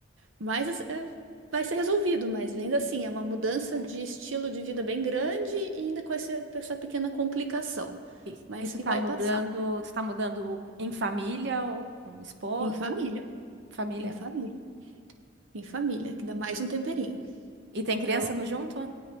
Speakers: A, on the right; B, on the right.
A: Mas assim, é- vai ser resolvido, mas ainda assim é uma mudança de estilo de vida bem grande e ainda com essa, essa pequena complicação.
B: E,
A: Mas
B: e tu
A: que
B: tá
A: vai
B: mudando,
A: passar.
B: tu tá mudando em família ou com esposo,
A: Em família.
B: família?
A: Em família. Em família, que dá mais um temperinho.
B: E tem criança
A: Então,
B: no junto?